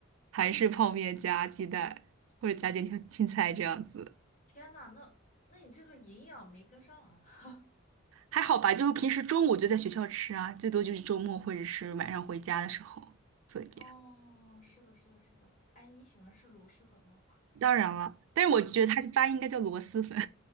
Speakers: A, on the right; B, on the left.
A: 韩式泡面加鸡蛋，或者加点青青菜这样子。
B: 天呐，那那你这个营养没跟上啊！
A: 还好吧，就是平时中午就在学校吃啊，最多就是周末或者是晚上回家的时候做一点。
B: <laughs> 哦，是的，是的，是的。哎，你喜欢吃螺蛳粉吗？
A: 当然了，但是我觉得它这发音应该叫螺蛳粉。